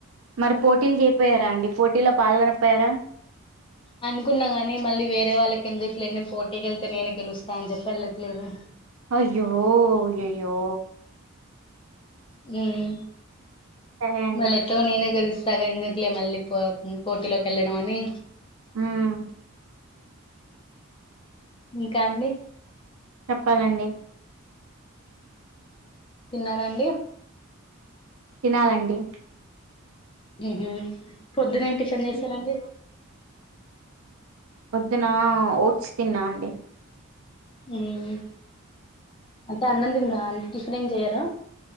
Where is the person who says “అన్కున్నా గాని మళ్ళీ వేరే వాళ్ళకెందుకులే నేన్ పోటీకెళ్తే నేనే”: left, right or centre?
Left